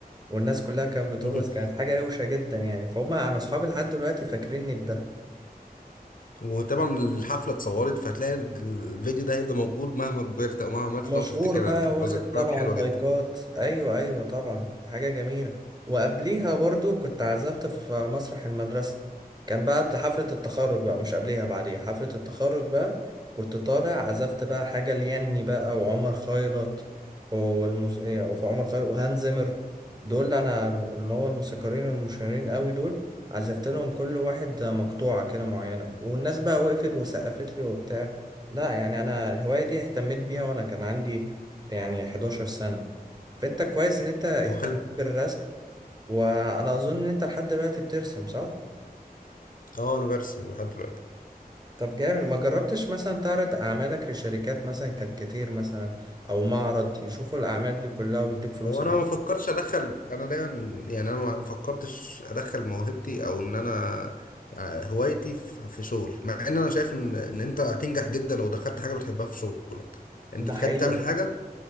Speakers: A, on the right; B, on the left.
A: والناس كلها كانت بترقص
B: <laughs>
A: كانت حاجة روشة جدا يعني فهم أنا أصحابي لحد دلوقتي فاكريني بده
B: وطبعا الحفله اتصورت فهتلاقي الفيديو ده هيفضل موجود مهما كبرت او مهما عملت
A: ومشهور
B: تقعد تفتكرها
A: بقى
B: تبقى
A: واخد
B: ذكريات
A: طبعا
B: حلوه
A: لايكات
B: جدا
A: ايوه ايوه طبعا حاجه جميله وقبليها برضو كنت عزفت في مسرح المدرسه كان بقى حفله التخرج بقى مش قبليها بعديها حفله التخرج بقى كنت طالع عزفت بقى حاجه ليني بقى وعمر خيرت والمس... إيه، وعمر خيرت وهانز زيمر دول انا اللي هو الموسيقارين المشهورين قوي دول عزفت لهم كل واحد مقطوعه كده معينه والناس بقى وقفت وسقفت لي وبتاع لا يعني انا الهوايه دي اهتميت بيها وانا كان عندي يعني 11 سنه فانت كويس ان انت اهتميت
B: وخل...
A: بالرسم وانا اظن ان انت لحد دلوقتي بترسم صح
B: اه انا برسم لحد دلوقتي
A: طب جامد ما جربتش مثلا تعرض اعمالك لشركات مثلا كاركاتير مثلا او معرض يشوفوا الاعمال دي كلها ويدوك فلوس
B: هو
A: عليها
B: انا ما فكرش ادخل انا دايما يعني انا ما ما فكرتش ادخل موهبتي او ان انا آه، هوايتي في في شغل مع ان انا شايف ان ان انت هتنجح جدا لو دخلت حاجه بتحبها في شغلك انت
A: ده
B: تخيل
A: حقيقة
B: بتعمل حاجه